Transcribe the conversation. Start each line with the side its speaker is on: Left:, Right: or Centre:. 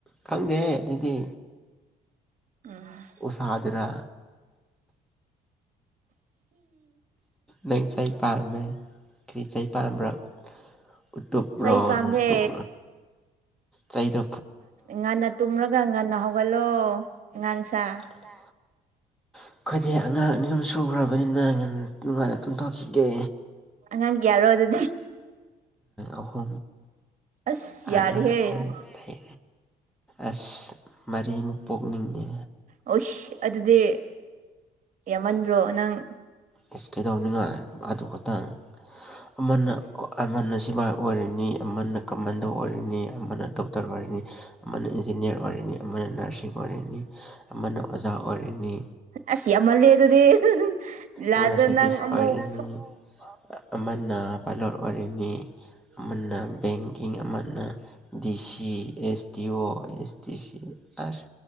Centre: ꯈꯪꯗꯦ ꯑꯗꯨꯗꯤ
Right: ꯎꯝ
Centre: ꯁꯥꯥꯗꯔ ꯅꯪ ꯆꯩꯩ ꯄꯥꯝꯃꯦ ꯈ꯭ꯔꯤ ꯆꯩꯩ ꯄꯥꯥ ꯎꯇꯣꯄ
Right: ꯆꯩ
Centre: ꯔ
Right: ꯄꯥꯝꯗꯦ
Centre: ꯑꯅꯨꯇꯣꯞ ꯆꯥꯏꯗ
Right: ꯉꯟꯅ ꯇꯨꯝꯔꯒ ꯉꯟꯅ ꯍꯧꯒꯠꯂꯣ ꯑꯉꯥꯡꯁ
Centre: ꯆ ꯑꯩꯈꯣꯏꯗꯤ ꯑꯉꯥꯡ ꯑꯅꯤ ꯑꯍꯨꯝ ꯁꯨꯈ꯭ꯔꯕꯅꯤꯅ ꯉ ꯅꯨꯡꯉꯥꯏꯅ ꯇꯨꯡꯊꯣꯛꯈꯤꯒꯦ
Right: ꯑꯉꯥꯡ ꯌꯥꯌꯥꯔꯣ ꯑꯗꯨ
Centre: ꯑꯍꯣ
Right: ꯑꯁ ꯌꯥꯔꯤꯍꯦ
Centre: ꯑꯥꯉꯥ ꯌꯔꯤꯍꯦ꯫ ꯑꯁ ꯃꯔꯤꯃꯨꯛ ꯄꯣꯛꯅꯤꯡꯉꯦ
Right: ꯑꯣꯁ ꯑꯗꯨꯗꯤ ꯌꯥꯝꯃꯟꯗ꯭ꯔꯣ ꯅꯪ
Centre: ꯏꯁꯀꯩꯗꯧꯅꯤꯉꯥꯏ ꯑꯗꯨ ꯈꯛꯇꯪ ꯑꯃꯅ ꯑꯃꯅ ꯁꯤꯐꯥꯏ ꯑꯣꯏꯔꯤꯅꯤ ꯑꯃꯅ ꯀꯝꯃꯟꯗ ꯑꯣꯏꯔꯤꯅꯤ ꯑꯌꯥꯝꯕꯅ ꯗꯣꯛꯇꯔ ꯑꯣꯏꯔꯤꯅꯤ ꯑꯃꯅ ꯏꯟꯖꯤꯅꯤꯌꯥꯔ ꯑꯣꯏꯔꯅꯤ ꯑꯃꯅ ꯅꯔꯁꯤꯡ ꯑꯣꯏꯔꯅꯤ ꯑꯃꯅ ꯑꯣꯖꯥ ꯑꯣꯏꯔꯤꯅꯤ
Right: ꯑꯁꯤ ꯑꯃꯅꯤꯂ ꯑꯗꯨꯗꯤ ꯂꯥꯗ
Centre: ꯑꯃꯅ ꯁꯥꯏꯟꯇꯤꯁ
Right: ꯅꯪ ꯑꯃꯨꯛ
Centre: ꯑꯣꯏꯔꯅꯤ ꯑꯃꯅ ꯄꯥꯏꯂꯣꯠ ꯑꯣꯏꯔꯤꯅꯤ ꯑꯃꯅ ꯕꯦꯡꯀꯤꯡ ꯑꯃꯅ ꯗꯤ ꯁꯤ ꯑꯦꯁ ꯗꯤ ꯑꯣ ꯑꯦꯁ ꯗꯤ ꯁꯤ ꯑꯁ